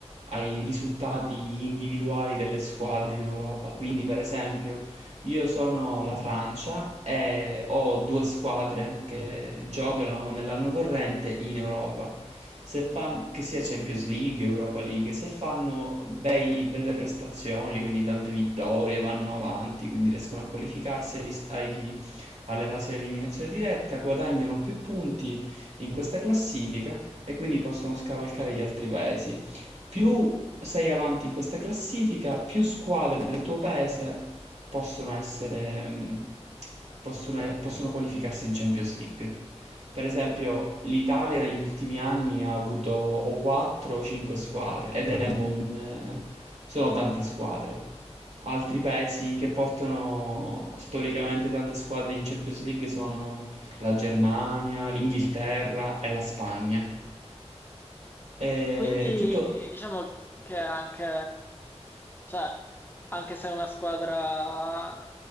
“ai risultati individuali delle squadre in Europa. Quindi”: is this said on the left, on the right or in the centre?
Right